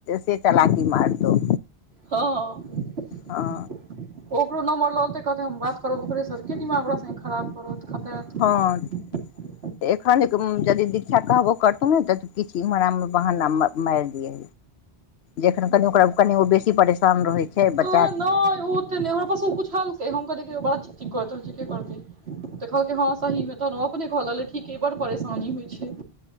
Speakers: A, on the left; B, on the right.
A: से चलाकी मारतौ
B: हँ ओ
A: हँ
B: ककरो नमबर ललतैत हम ब करब ओकरे से त के दिमाग खराब पत खपत
A: हँ तऽ एखन यदि दीक्षा कहबो करतौ ने तऽ किछु इम्हर आमे बहाना मारि दियै जखन कनि ओकरा कनि ओ बेसी परेशान रहै छै
B: अ
A: बच्चा
B: नहि ओ ओते नहि हमरा पास ओ पुछेलके हम कहलियै बड़ा चिक चिक करत रहीछै के करये देखलकीय हँ सही मे त रोब देख लगलई ठीके बड़ परेशानी होइ छै